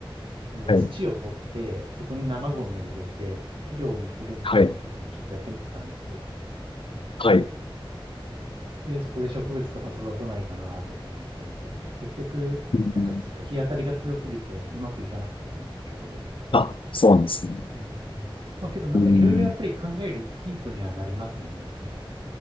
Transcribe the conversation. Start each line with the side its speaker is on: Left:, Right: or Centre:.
Right: その土を取って、
Left: はい、
Right: そこに生ゴミを入れて、肥料にするみたいなこともちょっとやってみてたんですよ。
Left: はい、はい。
Right: で、そこで植物とか育たないかなとか思ってみたり、結局、
Left: うん、
Right: なんかちょっと日当たりが強すぎてうまくいかなかったんですけど、
Left: あ、そうなんですね。
Right: うーん。まあけどなんかいろいろやっぱり考えるヒントにはなりますよね。
Left: うん、
Right: その